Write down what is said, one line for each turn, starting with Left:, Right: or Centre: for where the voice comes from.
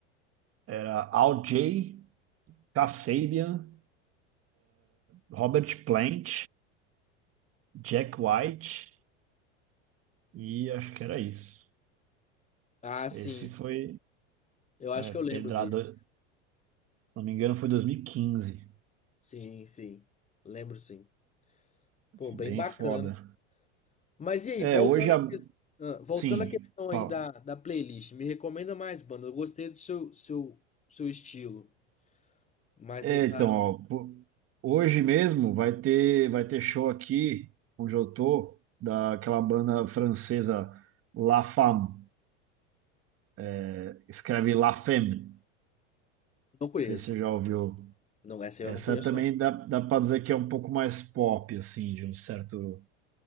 Right: era Al Jay, Kasabian, Robert Plant, Jack White e acho que era isso.
Left: Ah, sim.
Right: Esse foi
Left: Eu acho
Right: é,
Left: que
Right: Pedrada,
Left: eu lembro desse.
Right: se não me engano, foi dois mil e quinze
Left: Sim, sim. Lembro sim. Pô, bem
Right: Bem
Left: bacana.
Right: foda.
Left: Mas e aí,
Right: É,
Left: voltando
Right: hoje, a...
Left: à ques- ah, voltando
Right: sim,
Left: à questão
Right: Paulo.
Left: aí da, da playlist, me recomenda mais banda. Eu gostei do seu, seu, seu estilo. Mas
Right: É,
Left: nessa.
Right: então, ó, po- hoje mesmo vai ter, vai ter show aqui, onde eu tô, daquela banda francesa La Femme. É, Escreve La Femme. Não
Left: Não conheço.
Right: sei se você já ouviu.
Left: Não, essa eu
Right: Essa
Left: não conheço,
Right: também
Left: não.
Right: dá, dá pra dizer que é um pouco mais pop, assim, de um certo